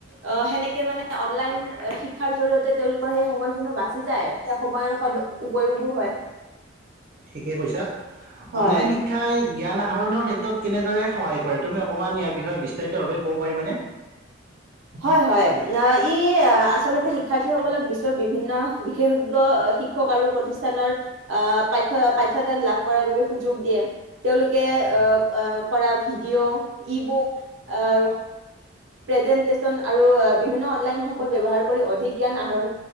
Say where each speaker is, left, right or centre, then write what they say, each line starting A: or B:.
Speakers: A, on the right; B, on the right.
A: অ সেনেকে মানে অনলাইন শিক্ষাৰ জৰিয়তে তেওঁলোকৰ সেই সময়খিনিও বাচি যায় সেই সময়ৰ সদ উপয়োগো হয়
B: ঠিকেই কৈছা
A: হয়
B: অনলাইন শিক্ষাই জ্ঞান আহৰণৰ ক্ষেত্ৰত কেনেদৰে সহায় কৰে তুমি অকমান ইয়াৰ বিষয়ে বিস্তাৰিত ভাৱে ক'ব পাৰিবা নে
A: হয় হয় ই আচলতে শিক্ষাৰ্থীসকলক বিশ্বৰ বিভিন্ন বিশেষজ্ঞ শিক্ষক আৰু প্ৰতিষ্ঠানৰ আহ পাঠ্যয় পাঠ্য দান লাভ কৰাৰ বাবে সু সুযোগ দিয়ে তেওঁলোকে
B: হয়
A: আহ আহ কৰা ভিডিঅ', ই বুক আহ প্ৰেজেনটেচন আৰু বিভিন্ন অনলাইন সম্পদ ব্যৱহাৰ কৰি অধিক জ্ঞান আহৰণ